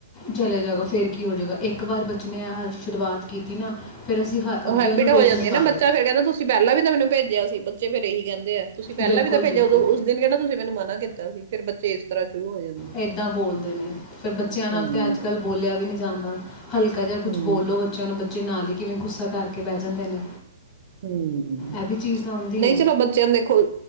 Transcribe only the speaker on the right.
ਉਹ ਹੈਬਿਟ
ਹੋ ਜਾਂਦੀਆਂ
ਨਾ ਬੱਚਾ ਫੇਿਰ ਕਹਿੰ ਤੁਸੀਂਹਿਾਂ ਵੀ ਤਾਂ ਮੈਨੂੰ ਭੇਜਿਆ ਸੀ ੱਚੇਿਰ ਇਹੀ ਕਹਿੰਦੇ ਆ ਤੁਸੀਂ
ਪਹਿਲਾਂ ਵੀ ਤਾਂ ਭੇਜ
ਉਦ ਉਸ ਦਿਨ ਕਿਹੜਾ ਤੁਸੀਂ ਮੈਨੂੰ ਮਨਾ ਕੀਤਾ ਸੀ ਫੇਰ ਬੱਚੇ ਇਸ ਤਰ੍ਹਾਂ ਸ਼ੁਰੂ ਹੋ ਜਾਂਦੇ
ਹਮ
ਹਮ
ਹਮ
ਨਹੀਂ
ਚਲੋ ਬੱਚਿਆਂ ਦੇਖੋ